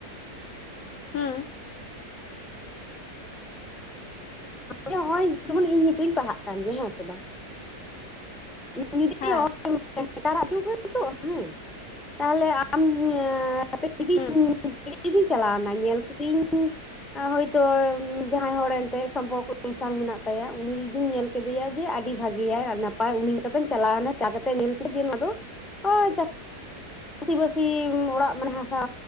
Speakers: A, on the left (about 65°); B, in the centre.
A: ᱦᱩᱸ᱾
B: ᱱᱚᱸᱜ-ᱚᱭ ᱡᱮᱢᱚᱱ ᱤᱧ ᱱᱤᱛᱳᱜ ᱤᱧ ᱯᱟᱲᱦᱟᱜ ᱠᱟᱱ ᱜᱮᱭᱟ ᱦᱮᱸ ᱥᱮ ᱵᱟᱝ? <unintelligible>
A: ᱦᱮᱸ
B: <inaudible> ᱦᱮᱛᱟᱨᱟᱜ ᱡᱩᱜᱽ ᱨᱮ ᱛᱚ ᱦᱮᱸ, ᱛᱟᱦᱚᱞᱮ ᱟᱢ <inaudible>
A: ᱦᱩᱸ᱾
B: <inaudible> ᱪᱟᱞᱟᱣᱱᱟ ᱧᱮᱞ ᱠᱤᱫᱤᱧ <inaudible> ᱮᱸ ᱦᱳᱭᱛᱚ ᱩᱸ ᱡᱟᱦᱟᱸᱭ ᱦᱚᱲ ᱮᱱᱛᱮᱫ ᱥᱚᱢᱯᱚᱨ ᱠᱚ <inaudible> ᱥᱟᱝ ᱢᱮᱥᱟᱞ ᱢᱮᱱᱟᱜ ᱛᱟᱭᱟ, ᱩᱱᱤ ᱡᱩᱫᱤᱢ ᱧᱮᱞ ᱠᱮᱫᱮᱭᱟ ᱡᱮ ᱟᱹᱰᱤ ᱵᱷᱟᱜᱮᱭᱟᱭ ᱟᱨ ᱱᱟᱯᱟᱭ ᱩᱱᱤ ᱞᱮᱠᱟᱛᱮᱢ ᱪᱟᱞᱟᱣᱱᱟ, ᱪᱟ ᱠᱟᱛᱮᱜ ᱧᱮᱞ <inaudible> ᱪᱟᱹᱥᱤ ᱵᱟᱹᱥᱤ ᱚᱲᱟᱜ ᱢᱟᱱᱮ ᱦᱟᱥᱟ,